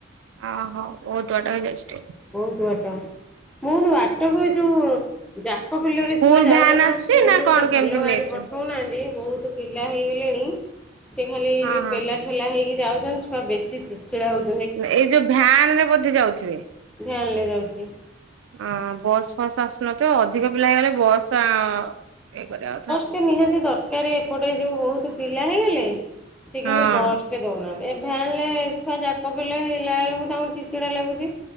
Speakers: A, on the right (about 75°); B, in the centre.
A: ଓହୋ ବହୁତ୍ ବାଟ ହେଇଯାଉଚି।
B: କୁହନ୍ତୁ ଆଜ୍ଞା ବହୁତ ବାଟକୁ ଯୋଉ ଯାକ ବିଲରେ
A: ସ୍କୁଲ
B: ଛୁଆ ଯାଉଛନ୍ତି
A: ଭ୍ୟାନ ଆସୁଛି
B: ସ୍କୁଲୁ
A: ନା
B: ଗୋଟେ
A: କଣ କେମିତି
B: ଭଲ ଗାଡ଼ି
A: ନେଇଛୁ?
B: ପଠଉନାହାନ୍ତି, ବହୁତ ପିଲା ହେଇଗଲେଣି ସେ ଖାଲି
A: ହଁ
B: ଯେଉଁ
A: ହଁ
B: ପେଲା ଠେଲା ହେଇକି ଯାଉଛନ୍ତି ଛୁଆ ବେଶୀ ଚିଚିଡ଼ା ହେଉଚନ୍ତି।
A: ଏଇ ଯୋଉ ଭ୍ୟାନ ରେ ବୋଧେ ଯାଉଥିବେ।
B: ଭ୍ୟାନ୍ ରେ ଯାଉଛନ୍ତି।
A: ଅ ବସ୍ ଫସ୍ ଆସୁନଥିବ ଅଧିକ ପିଲା ହେଇଗଲେ ବସ୍ ଇଏ କରିବା କଥା।
B: ଗୋଟେ ନିହାତି ଦରକାର ଏପଟେ ଯୋଉ ବହୁତ ପିଲା ହେଇଗଲେ ସେ
A: ହଁ
B: କିନ୍ତୁ ବସ୍ ଟିକେ ଦେଉନାହାନ୍ତି ଏ ଭ୍ୟାାନେ ରେ ଛୁଆ ଯାକ ପିଲ ହେଇଗଲା ବେଳକୁ ତାଙ୍କୁ ଚିଡ୍ ଚିଡ଼ା ଲାଗୁଛି।